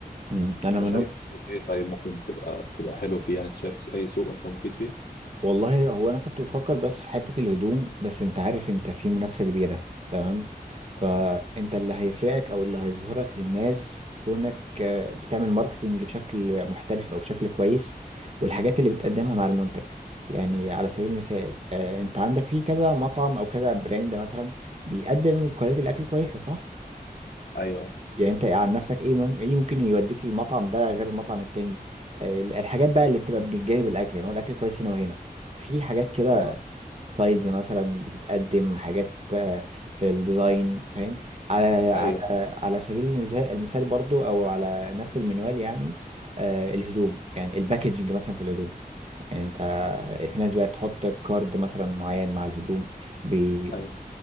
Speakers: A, on the right; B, on the left.
A: امم انا
B: انت
A: من
B: شايف سوق ايه طيب ممكن تبقى تبقى حلو فيه يعني انت شايف اي سوق انت مفيد فيه
A: والله هو انا كنت بفكر بس في حتة الهدوم بس انت عارف انت في منافسة كبيرة تمام
B: اه
A: فانت اللي هيفرقك او اللي هيظهرك للناس كونك آه، بتعمل ماركتينج بشكل محترف او بشكل كويس والحاجات اللي بتقدمها مع المنتج يعني على سبيل المثال آه، انت عندك في كذا مطعم او كذا براند مثلا بيقدم كواليتي الاكل كويسة صح
B: ايوه
A: يعني انت عن نفسك ايه مم- ايه ممكن يوديك للمطعم ده غير المطعم التاني آه، الحاجات بقى اللي بتبقى بجانب الاكل يعني هو الاكل كويس هنا وهنا في حاجات كده
B: اه
A: سلايدز مثلا بتتقدم حاجات آه، في الديزاين فاهم على على
B: ايوه
A: على سبيل المثال المثال برضو او على نفس المنوال يعني آه، الهدوم يعني الباكجنج مثلا في الهدوم يعني انت في ناس بقت تحط كارد مثلا معين مع الهدوم بي
B: ايوه